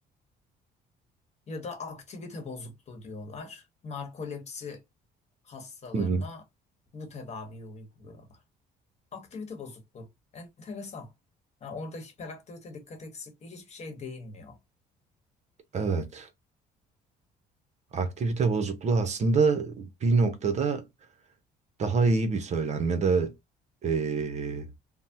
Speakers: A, on the left; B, on the right.
A: Ya da aktivite bozukluğu diyorlar. Narkolepsi hastalarına
B: Hı hı.
A: bu tedaviyi uyguluyorlar. Aktivite bozukluğu. Enteresan. Yani orada hiperaktivite, dikkat eksikliği hiçbir şey değinmiyor.
B: Evet. Aktivite bozukluğu aslında bir noktada daha iyi bir söylem ya da eee,